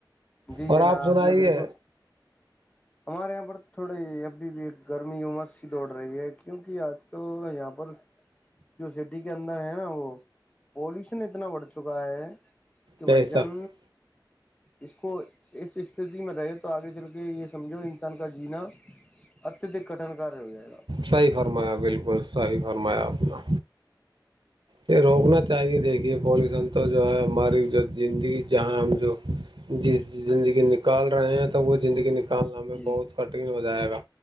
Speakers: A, on the left; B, on the right.
A: جی
B: اور
A: جناب
B: آپ سنائیے
A: نے <inaudible> ہمارے یہاں پر تھوڑے ابھی بھی ایک گرمی امس سی دوڑ رہی ہے کیونکہ آج کل یہاں پر جو سٹی کے اندر ہے نا وہ پولوشن اتنا بڑھ چکا ہے تو
B: یہی
A: بائی جن
B: سب
A: اس کو اس استھتی میں رہے تو آگے چل کے یہ سمجھو تن کاا جینا اتدک کٹن کرار ہو جائے گا
B: صحیح فرمایا بالکل صحیح فرمایا آپنا یہ روکنا چاہیے دیکھیے پالوشن تو جو ہے ہماری جو زندگی جہاں ہم جو ج زندگی نکال رہے ہیں تو وہ زندگی نکالنا میں
A: جی
B: بہت کٹن ہو جائے گا